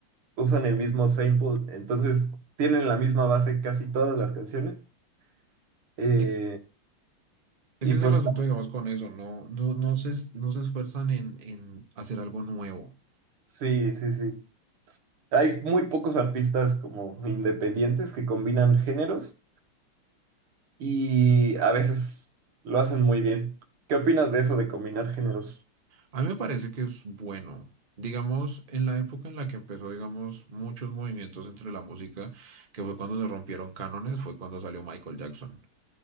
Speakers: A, on the right; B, on the right.
A: usan el mismo sample, entonces tienen la misma base casi todas las canciones. Eh,
B: Ex- Ese
A: y pues
B: es el asunto, digamos, con eso, no, no, no se, es- no se esfuerzan en, en hacer algo nuevo.
A: sí, sí, sí. Hay muy pocos artistas como independientes que combinan géneros y a veces lo hacen muy bien. ¿Qué opinas de eso de combinar géneros?
B: A mí me parece que es bueno. Digamos, en la época en la que empezó, digamos, muchos movimientos entre la música, que fue cuando se rompieron cánones, fue cuando salió Michael Jackson.